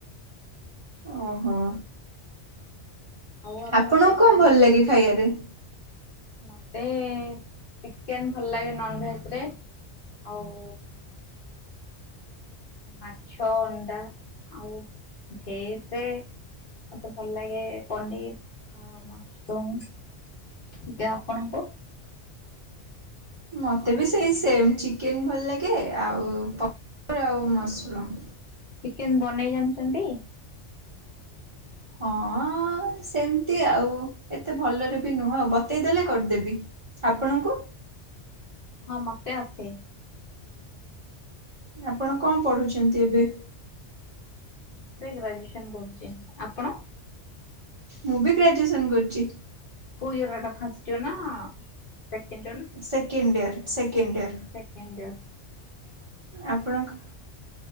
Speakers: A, on the right; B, on the left.
A: ଓହୋ।
B: ଆଉ ଆମର
A: ଆପଣଙ୍କୁ
B: ଏପଟରେ
A: କଣ ଭଲ ଲାଗେ ଖାଇବାରେ?
B: ମୋତେ ଚିକେନ୍ ଭଲ ଲାଗେ ନନ୍ ଭେଜ୍ ରେ। ଆଉ ମାଛ ଅଣ୍ଡା। ଆଉ ଭେଜ୍ ରେ ମତେ ଭଲ ଲାଗେ ପନିର୍ ଆଉ ମସ୍ରୁମ୍। ଦି ଆପଣଙ୍କୁ?
A: ମୋତେ ବି ସେଇ ସେମ୍, ଚିକେନ୍ ଭଲ ଲାଗେ। ଆଉ ପ ଆଉ ମସରୁମ୍।
B: ଚିକେନ୍ ବନେଇ ଜାଣିଛନ୍ତି?
A: ହଁ ହଁ ସେମିତି ଆଉ। ଏତେ ଭଲରେ ବି ନୁହଁ। ଆଉ ବତେଇଦେଲେ କରିଦେବି। ଆପଣଙ୍କୁ?
B: ହଁ ମତେ ଆସେ।
A: ଆପଣ କଣ ପଢୁଛନ୍ତି ଏବେ?
B: ମୁଁ ଏବେ ଗ୍ରାଜୁଏସନ କରୁଛି ଆପଣ?
A: ମୁଁ ବି ଗ୍ରାଜୁଏସନ କରୁଛି।
B: କଉଇୟରଟା ଫାର୍ଷ୍ଟ ୟର୍ ନା second
A: second year second year.
B: Second year.
A: ଆପଣଙ୍କ